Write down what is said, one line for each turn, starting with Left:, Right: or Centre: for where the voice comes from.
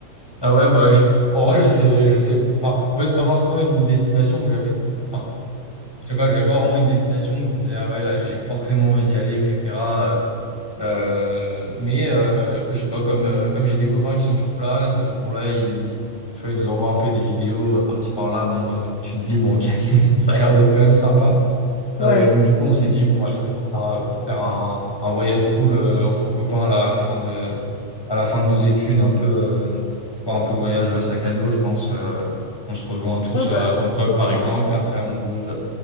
Centre: Ah ouais, bah, je- en vrai, je sais, je sais. Enfin, ouais, c'est pas forcément une destination où j'avais. Enfin, je sais pas, j'avais pas vraiment une destination où je me disais, ah ouais, là, j'ai forcément envie d'y aller, etc. Euh, euh, mais euh, je sais pas, comme, euh, comme j'ai des copains qui sont sur place, et puis bon, là, ils, tu vois, ils nous envoient un peu des vidéos euh, par-ci par-là. Bon, là, donc, tu te dis, bon, ok, <laughs> c'est- ça a l'air d'être quand même sympa. Euh,
Left: ouais.
Centre: et donc, du coup, on s'est dit, bon, allez, pour, enfin, euh, pour faire un, un voyage cool euh, entre copains là, à la fin de, à la fin de nos études, un peu, euh, quoi, un peu voyage sac à dos, je pense. euh, on se rejoint tous
Left: Ouais,
Centre: euh,
Left: bah,
Centre: à
Left: c'est
Centre: Bangkok,
Left: sûr que
Centre: par
Left: quand
Centre: exemple, et après, on bouge